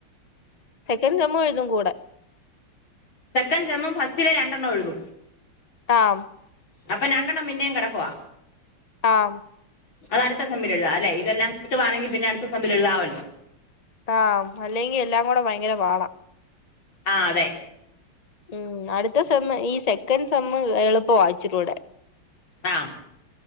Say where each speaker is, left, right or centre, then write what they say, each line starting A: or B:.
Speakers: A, on the left; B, on the left.
A: സെക്കന്റ്‌ സെമ്മും എഴുതും കൂടെ
B: സെക്കന്റ് സെമ്മും ഫസ്റ്റിലെ രണ്ടെണ്ണം എഴുതും
A: ആമ്
B: അപ്പോ രണ്ടെണ്ണം പിന്നേം കെടക്കുവാ
A: ആമ്
B: അത് അടുത്ത സെമ്മിലെഴുതാല്ലേ ഇതെല്ലാം കിട്ടുവാണെങ്കി പിന്നെ അടുത്ത സെമ്മിലെഴുതാവല്ലോ
A: ആഹ് അല്ലെങ്കി എല്ലാം കൂടെ പയങ്കര പാടാ
B: ആ അതെ
A: ഉം അടുത്ത സെമ്മ് ഈ സെക്കൻഡ് സെമ്മ് എളുപ്പവാ ഇച്ചിരുടെ
B: ആ